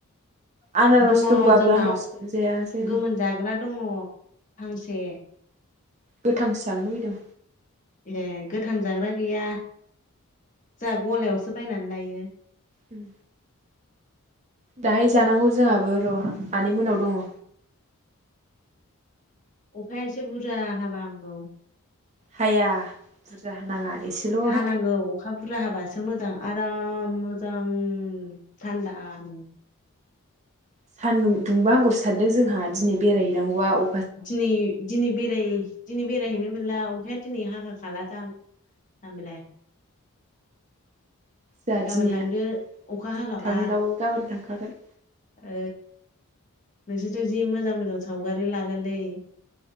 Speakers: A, on the right (about 30°); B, on the left (about 35°).
A: आनारस
B: दङ
A: दंबाबो
B: जोंनाव
A: आनारसखौनो जाया जोङो
B: गोमोन जाग्रा दङ फांसे
A: गोथांसो जानो लुुबैदों
B: ए गोथां जाग्रा गैया जोंहा गलायावसो बायनानै लायो।
A: ओम दाहाय जानांगौ जोंहाबो र' आनै मोननाव दङ।
B: अखाया एसे बुरजा हाबा हामगौ।
A: हाया बुरजा हानाङा एसेल'
B: हानांगौ अखा बुरजा हाबासो मोजां आराम मोजां थान्दा नो।
A: सानदुं दुंबा हामगौसो सानदों जोंहा दिनै बेरायहैनांगौआव
B: दिनै दिनै बेराय दिनै बेरायहैनो मोनला अखाया दिनै हागा खाला जाम- जामबिलाय।
A: जोंहा
B: गाबोन
A: दिनैहा
B: थांदो अखा हागाबा
A: दिनै थांलाबाबो गाबोन थांखागोन।
B: ओ नोंसोरथ' जि मोजां मोजां सावगारि लागोन लै।